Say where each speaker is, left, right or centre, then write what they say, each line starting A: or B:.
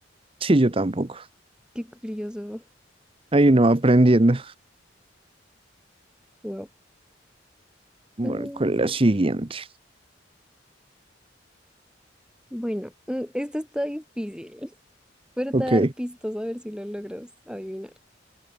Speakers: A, on the right (about 30°); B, in the centre.
A: sí, yo tampoco.
B: Qué curioso.
A: Ahí no aprendiendo.
B: Wow.
A: Bueno,
B: Mm,
A: con la siguiente.
B: bueno, mm, esto está difícil. <laughs> Pero
A: Ok.
B: te voy a dar pistas a ver si lo logras adivinar.